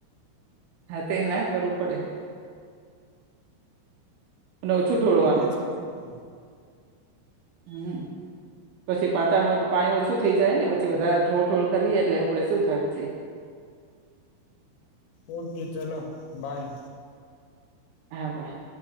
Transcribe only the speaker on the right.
હા <unintelligible> કરવું પડે અને ઓછું ઢોળવાનું
હમ પછી પાતળમાંથી પાણી ઓછું થઈ જાય ને પછી વધારે થોડું થોડું કરીએ એટલે આપડે શું થાય પછી
હા ભાઈ